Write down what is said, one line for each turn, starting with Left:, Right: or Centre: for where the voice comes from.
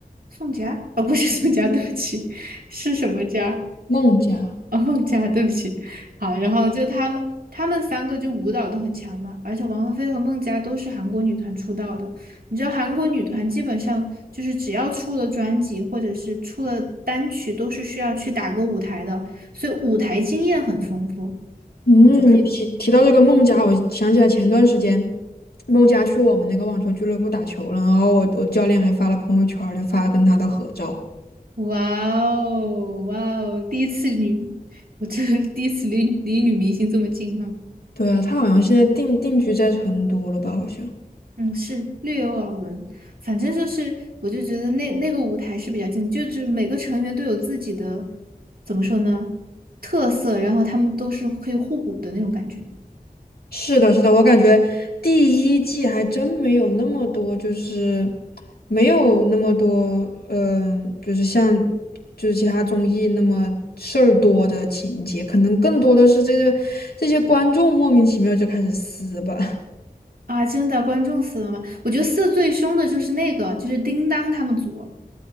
Right: 宋佳哦不是宋佳，对不起，是什么佳？
Left: 孟佳，
Right: 啊，孟佳，对不起，好，然后就他们，他们三个就舞蹈都很强嘛，而且王菲菲和孟佳都是韩国女团出道的。你知道韩国女团基本上就是只要出了专辑或者是出了单曲，都是需要去打歌舞台的，所以舞台经验很丰富
Left: 嗯，
Right: 啊，就可以
Left: 你提提到这个孟佳，我想起来前段时间孟佳去我们那个网球俱乐部打球了，然后我我教练还发了朋友圈儿就发了跟他的合照。
Right: 哇哦，哇哦，第一次女，我这第一次离离女明星这么近哈。
Left: 对啊，他好像现在定定居在成都了吧？好像。
Right: 嗯，是略有耳闻，反正就是，我就觉得那那个舞台是比较近的，就是每个成员都有自己的，怎么说呢，特色，然后他们都是可以互补的那种感觉
Left: 是的，是的，我感觉第一季还真没有那么多，就是没有那么多，嗯、就是像就是其他综艺那么事儿多的情节，可能更多的是这个这些观众莫名其妙就开始撕吧。<laughs>
Right: 啊！真的，观众死了吗？我觉得死得最凶的就是那个，就是叮当他们组，